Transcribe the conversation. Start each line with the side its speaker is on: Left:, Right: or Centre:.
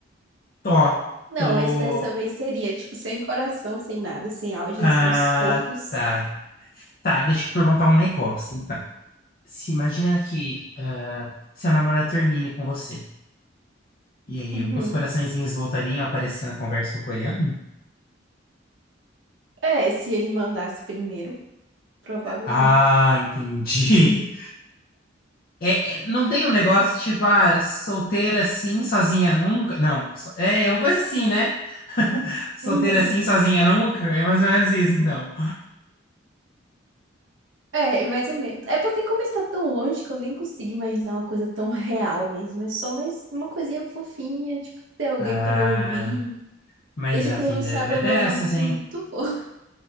Left: Tô.
Right: Não,
Left: Tô.
Right: mas dessa vez seria, tipo, sem coração, sem nada, sem áudiozinhos
Left: Ah,
Right: fofos.
Left: tá. Tá, deixa eu te perguntar um negócio, então. Se imagina que ah, seu namorado termine com você. E aí,
Right: Uhum.
Left: os coraçõezinhos voltariam a aparecer na conversa com o coreano?
Right: É, se ele mandasse primeiro, provavelmente.
Left: Ah, entendi. É, é- não tem um negócio tipo, ah, solteira assim, sozinha nunca? Não. so- É é uma coisa assim, né? <laughs> Solteira
Right: Uhum.
Left: assim, sozinha nunca? É mais ou menos isso, então.
Right: Hum. É, mais ou menos. É porque como ele tá tão longe que eu nem consigo imaginar uma coisa tão real mesmo. É só mais uma coisinha fofinha, tipo, ter alguém
Left: Ah,
Right: pra ouvir.
Left: mas
Right: Ele
Left: a
Right: pronunciava
Left: vida vai dessas,
Right: meu nome
Left: hein?
Right: muito <laughs> fofo.